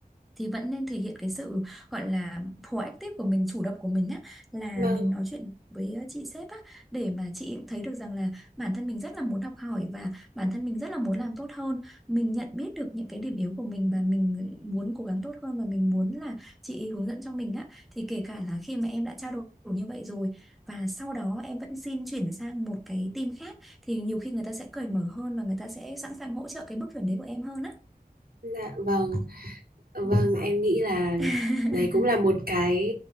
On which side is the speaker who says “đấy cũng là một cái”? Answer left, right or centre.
Right